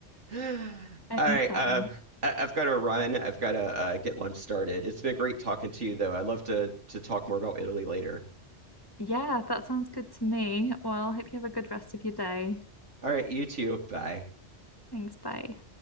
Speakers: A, on the right; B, on the left.
A: All
B: anytime.
A: right. Uh, I- I've got to run. I've got to uh, get lunch started. It's been great talking to you, though. I'd love to to talk more about Italy later.
B: Yeah, that sounds good to me. Well, hope you have a good rest of your day.
A: All right, you too. Bye.
B: Thanks, bye.